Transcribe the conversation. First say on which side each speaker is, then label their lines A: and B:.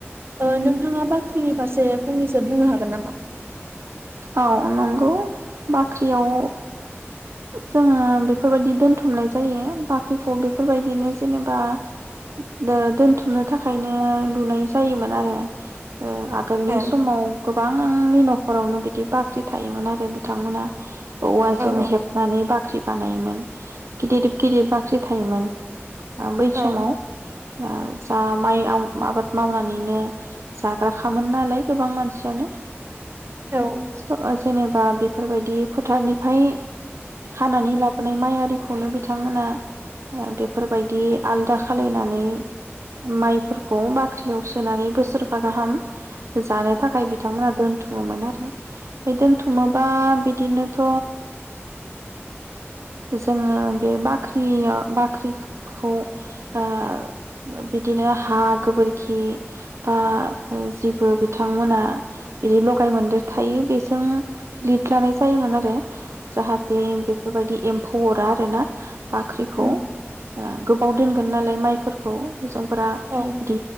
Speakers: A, on the right; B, on the right.
A: ओ नोंथाङा बाख्रिनि फारसे फंनैसो बुंनो हागोन नामा?
B: औ नंगौ बा ख्रियाव जोङो बेफोरबायदि दोनथुमनाय जायो बाख्रिखौ बेफोरबायदिनो जेनेबा ओ दोनथुमनो थाखायनो लुनाय जायोमोन आरो। ओ आगोलनि
A: औ
B: समाव गोबां नि न'खरावनो बि दि बाख्रि थायोमोन आरो बिथांमोना औवाजों
A: औ
B: हेबनानै बाख्रि बानायोमोन <unintelligible> गिदिर बाख्रि थायोमोन ओ बै
A: औ
B: समाव ओ जा माइआव आबाद मावनानैनो जाग्राखामोन नालाय गोबां मानसियानो
A: औ
B: ओ जेनेबा बेफोरबायदि फोथारनिफ्राय हानानै लाबोनाय माइ आरिखौनो बिथांमोना बेफोरबायदि आलदा खालायनानै माइफोरखौ बाख्रियाव सोनानै बोसोरबा गाहाम जानो थाखाय बिथांमोना दोनथु ममोन आरो ओमफाय दोनथुमोबा बि दिनोथ' जोङो बे बा ख्रिया बाख्रिखौ ओ बिदिनो हा गोबोरखि बा ओ जिबो बिथांमोना बिदि लगाय मोनदेर थायो बेजों लिड लानाय जायोमोन आरो जाहाथे बेफोरबायदि एम फौ अरा आरोना बाख्रिखौ
A: उम
B: ओ गोबाव दोनगोन नालाय माइफोरखौ हिनजावफोरा
A: औ औ
B: दि